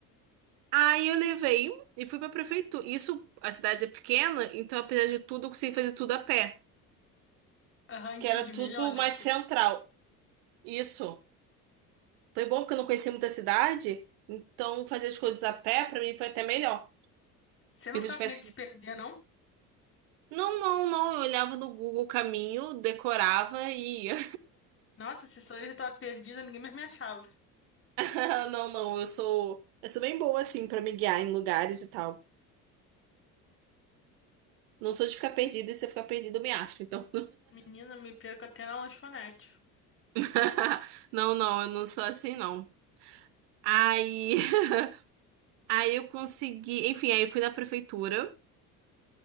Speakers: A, on the right; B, on the left.
A: Aí eu levei e fui pra prefeitura. Isso, a cidade é pequena, então apesar de tudo, eu consegui fazer tudo a pé,
B: Aham, entendi.
A: que era tudo
B: Melhor, né?
A: mais
B: Que
A: central. Isso. Foi bom porque eu não conhecia muita cidade, então fazer as coisas a pé pra mim foi até melhor.
B: Você
A: Porque
B: não
A: se
B: ficava
A: eu tivesse.
B: com medo de se
A: que-
B: perder, não?
A: Não, não, não. Eu olhava no Google o caminho, decorava e ia.
B: Nossa, se sou eu já tava perdida, ninguém mais me achava.
A: <laughs> Não, não, eu sou. Eu sou bem boa, assim, pra me guiar em lugares e tal. Não sou de ficar perdida, e se eu ficar perdida, eu me acho, então.
B: Menina, me perco até na lanchonete.
A: <laughs> Não, não, eu não sou assim, não. Aí. <laughs> Aí eu consegui. Enfim, aí eu fui na prefeitura